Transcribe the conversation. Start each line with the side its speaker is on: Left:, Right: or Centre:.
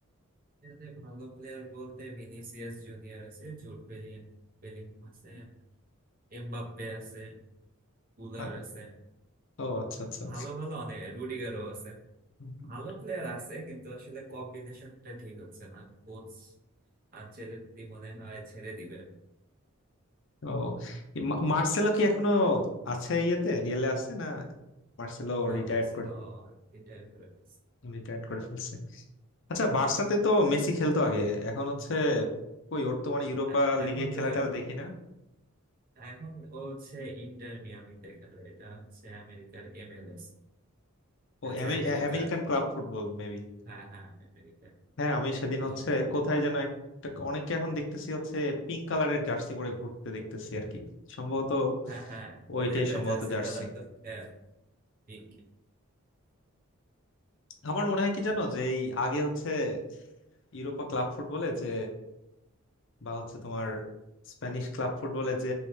Right: এখানে ভালো প্লেয়ার বলতে ভিনিসিয়াস জুনিয়র আছে জুড বেলিং বেলিংহাম আছে এমবাপ্পে আছে কুলার
Left: আ-
Right: আছে
Left: ও আচ্ছা আচ্ছা
Right: ভালো ভালো অনেক রুডিগারও আছে
Left: হুম।
Right: ভালো প্লেয়ার আছে কিন্তু আসলে কম্বিনেশনটা ঠিক হচ্ছে না কোচ আনচেলত্তি মনে হয় ছেড়ে দিবেন
Left: ও এই মা- মার্সেলো কি এখনো আছে ইয়েতে রিয়ালে আছে না মার্সেলো
Right: না
Left: রিটায়ার্ড
Right: মার্সেলো ইন্টার করে ফেলছে।
Left: রিটায়ার্ড করে ফেলছে আচ্ছা বার্সাতে তো মেসি খেলতো আগে এখন হচ্ছে কই ওর তো মানে ইউরোপা
Right: এ- এখন
Left: লিগে খেলা
Right: তো
Left: টেলা দেখি না
Right: এখন ও হচ্ছে ইন্টার মিয়ামিতে খেলে এটা হচ্ছে আমেরিকার এমএলএস এটা
Left: ও
Right: হচ্ছে
Left: আমেরি-
Right: আমেরিকার
Left: আ- আমেরিকান ক্লাব ফুটবল মেবি
Right: হ্যাঁ হ্যাঁ আমেরিকার
Left: হ্যাঁ আমি সেদিন
Right: তো
Left: হচ্ছে কোথায় যেন একটা অনেককে এখন দেখতেছি হচ্ছে পিঙ্ক কালারের জার্সি পরে ঘুরতে দেখতেছি আর কি সম্ভবত
Right: হ্যাঁ হ্যাঁ
Left: ওইটাই
Right: ওদের
Left: সম্ভবত
Right: জার্সির
Left: জার্সি
Right: কালার তো আহ, পিঙ্কি
Left: আমার মনে হয় কি জানো যে এই আগে হচ্ছে ইউরোপা ক্লাব ফুটবলে যে বা হচ্ছে তোমার স্প্যানিশ ক্লাব ফুটবলে যে